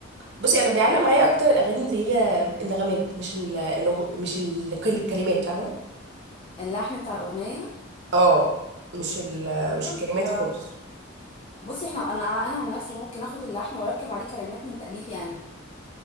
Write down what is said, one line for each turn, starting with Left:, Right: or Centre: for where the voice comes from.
Right: بصي انا بيعلق معايا اكتر الاغاني اللي هي النغمات مش ال... الأغ- مش الكلمات فاهمه
Left: اللحن بتاع الاغنيه
Right: اه مش ال... مش
Left: كل
Right: الكلمات
Left: بصراحة
Right: خالص
Left: بصي احنا انا انا عن نفسي ممكن اخد اللحن واركب عليه كلمات من تاليفي انا